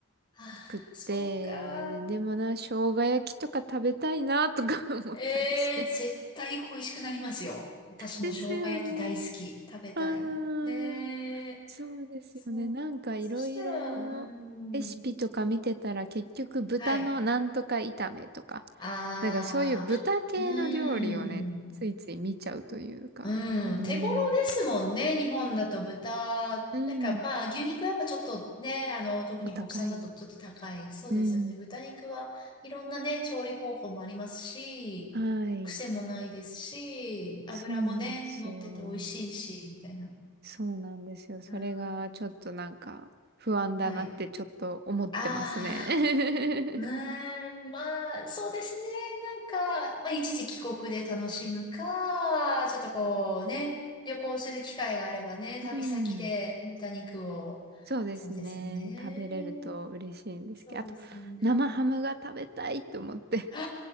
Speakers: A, on the left; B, on the right.
A: あ、
B: くって、
A: そうか。
B: でもな、生姜焼きとか食べたいなとか <laughs> 思ったりして。
A: ええ、絶対恋しくなりますよ。私も生姜焼き大好き。
B: ですよね。
A: 食べたい。
B: うーん。
A: ねえ。
B: そうですよね。
A: そう。
B: なんかいろいろレシピとか見てたら結局豚のなんとか炒めとか
A: そしたら、うーん。はい。ああ、
B: なんかそういう豚系の料理をね、
A: ま、うーん。
B: ついつい見ちゃうというか。
A: うん、
B: うん。
A: 手頃ですもんね、日本だと豚。
B: うん。
A: なんかまあ牛肉はやっぱちょっとね、あの、特に国産だとちょっと高い。
B: お高い。
A: そうですよね。
B: うん。
A: 豚肉はいろんなね、調理方法もありますし、
B: はい。
A: 癖もないですし、油もね、
B: そうなんですよ。
A: 乗ってて美味しいし、みたいな。
B: そうなんですよ。それがちょっとなんか不安だなってちょっと思ってますね。
A: うんはい。ああ。うーん、まあ、そうですね。なんか、まあ、一時帰国で楽しむか、ちょっとこうね、旅行する機会があればね、旅先で豚肉を。
B: <laughs> うん。そうですね。
A: そうですよね。
B: 食べれると嬉しいんですけど。
A: そうですよね。
B: あと、生ハムが食べたいと思って。
A: は